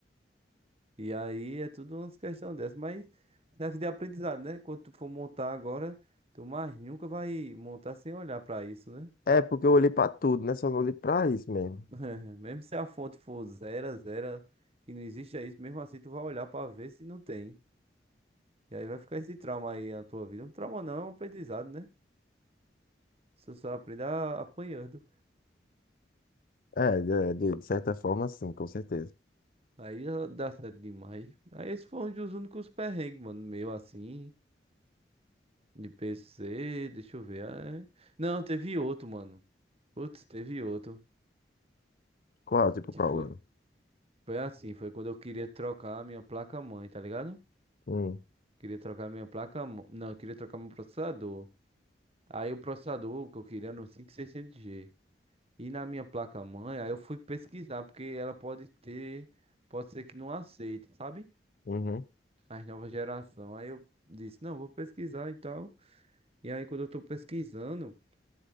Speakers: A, on the right; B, on the left.
A: E aí é tudo umas questões dessas. Mas deve de aprendizado, né? Quando tu for montar agora, tu mais nunca vai montar sem olhar pra isso, né?
B: É, porque eu olhei pra tudo, né? Só não olhei pra isso mesmo.
A: <laughs> Mesmo se a fonte for zero, zero, que não existe é isso, mesmo assim tu vai olhar pra ver se não tem. E aí vai ficar esse trauma aí na tua vida. Um trauma não, é um aprendizado, né? Você só aprende a- apanhando.
B: É, de, de de certa forma, sim, com certeza.
A: Aí já dá certo demais. Aí esse foi um dos únicos perrengues, mano, meu assim. De PC, deixa eu ver. ah, é. Não, teve outro, mano. Putz, teve outro.
B: Qual? Tipo
A: Que
B: qual,
A: foi,
B: ano?
A: foi assim, foi quando eu queria trocar a minha placa-mãe, tá ligado?
B: Hum,
A: Queria trocar a minha placa-mãe. Não, eu queria trocar meu processador. Aí o processador que eu queria era um no seiscentos g E na minha placa-mãe, aí eu fui pesquisar, porque ela pode ter, pode ser que não aceite, sabe?
B: uhum.
A: As novas gerações. Aí eu disse, não, vou pesquisar e tal. E aí quando eu tô pesquisando,